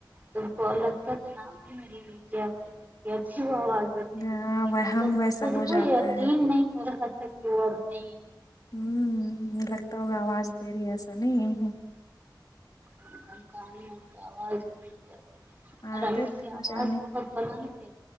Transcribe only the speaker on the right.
تو ب لگتا تھا نا ا بھی میری امی کی آواز لتی اچھی وہ آواز دیتے
ہوئے،
مطلب
خود
کو
یقین
نہیں <unintelligible> وہ اب نہیں ہے
ہ کاانی کا آواز خری <unintelligible>
اور امی کی
آواز
بہت بلند تھی